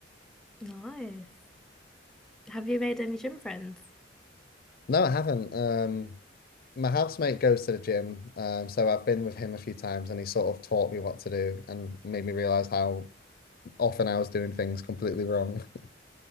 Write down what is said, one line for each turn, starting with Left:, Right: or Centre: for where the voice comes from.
Centre: Nice. Have you made any gym friends?
Left: No, I haven't. Um, my housemate goes to the gym, um, so I've been with him a few times, and he sort of taught me what to do and made me realize how often I was doing things completely wrong. <laughs>